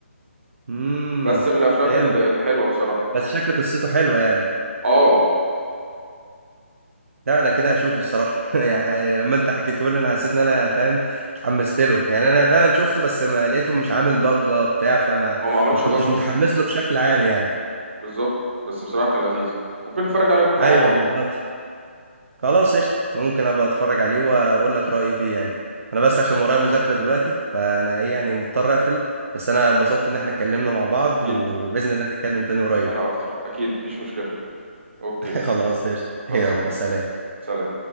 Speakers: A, on the right; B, on the right.
A: امم
B: بس من الافلام
A: فهمت
B: ال- الحلوه بصراحه
A: بس شكل قصته حلوه يعني
B: اه
A: لا انا كده هشوفه الصراحه <laughs> يعني لما انت حكيته لي انا حسيت ان انا فاهم اتحمست له يعني انا فعلا شفته بس ما لقيته مش عامل ضجه بتاع فما
B: هو ما عملش
A: ما كنتش
B: ضجه
A: متحمس له بشكل عام يعني
B: بالظبط بس بصراحه كان لذيذ ممكن نتفرج عليه بكره
A: ايوه
B: مع بعض
A: بالظبط خلاص قشطة ممكن ابقى اتفرج عليه واقول لك رأيي فيه يعني انا بس عشان ورايا مذاكرة دلوقتي فانا ايه يعني مضطر اقفل بس انا اتبسطت ان احنا اتكلمنا مع بعض
B: اكيد
A: وبإذن الله نتكلم تاني قريب
B: انا اكتر اكيد مفيش مشكله اوكي
A: <laughs> خلاص قشطة
B: خلصان
A: يلا سلام
B: سلام